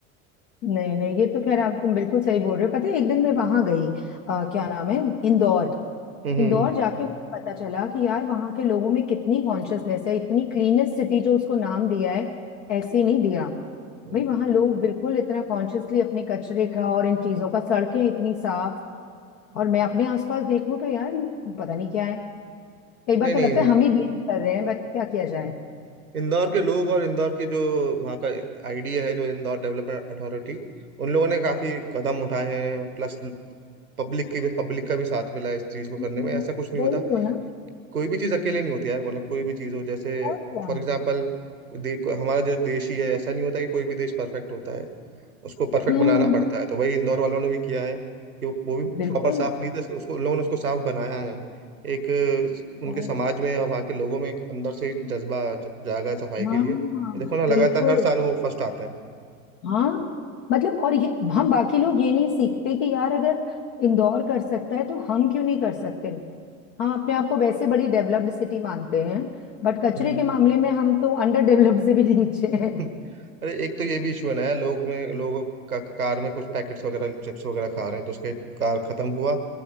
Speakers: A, on the left; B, on the right.
A: नहीं नहीं ये तो खैर आप तुम बिल्कुल सही बोल रहे हो पता है एक दिन मैं वहां गई अ, क्या नाम है इंदौर
B: हम्म
A: इंदौर
B: हम्म।
A: जाके मुझे पता चला कि यार वहां के लोगों में कितनी कॉन्शियसनेस है इतनी क्लीनेस्ट सिटी जो उसको नाम दिया है ऐसे नहीं दिया
B: हम्म।
A: भाई वहां लोग बिल्कुल इतना कॉन्शियसली अपने कचरे का और इन चीजों का सड़कें इतनी साफ और मैं अपने आसपास देखूं तो यार पता नहीं क्या है कई बार
B: नहीं
A: तो
B: नहीं
A: लगता है हम ही ब्लेम कर रहे हैं बट क्या किया जाए <laughs>
B: इंदौर के लोग और इंदौर की जो वहाँ का आईडिया है जो इंदौर डेवलपमेंट अथॉरिटी उन लोगों ने काफी कदम उठाए हैं प्लस पब्लिक की भी पब्लिक का भी साथ मिला है इस चीज को
A: हम्म,
B: करने में ऐसा कुछ नहीं
A: वही
B: होता
A: तो ना
B: कोई भी चीज अकेले नहीं होती यार मतलब कोई भी चीज हो जैसे
A: और क्या
B: फॉर एग्जाम्पल हमारा जो देश ही है ऐसा नहीं होता कि कोई भी देश परफेक्ट होता है उसको परफेक्ट
A: हम्म
B: बनाना पड़ता है तो वही इंदौर वालों ने भी किया है कि वो वो भी
A: बिल्कुल
B: प्रॉपर साफ नहीं थे उसको उन लोगों ने उसको साफ बनाया है एक अ, उनके
A: ओह,
B: समाज में और वहाँ के लोगों में एक अंदर से ही जज्बा ज- जागा है सफाई के
A: हाँ
B: लिए ये देखो ना लगातार
A: बिल्कुल
B: हर साल वो फर्स्ट आते हैं
A: हाँ मतलब और ये हम बाकी लोग ये नहीं सीखते कि यार अगर इंदौर कर सकता है तो हम क्यों नहीं कर सकते हम अपने आप को वैसे बड़ी डेवलप्ड सिटी मानते हैं बट कचरे
B: हम्म।
A: के मामले में हम तो अंडर डेवलप्ड से भी नीचे
B: <laughs>
A: हैं
B: अरे एक तो ये भी इशू है ना यार लोग में लोग का, कार में कुछ पैकेट्स वगैरह चिप्स वगैरह खा रहे हैं तो उसके कार खत्म हुआ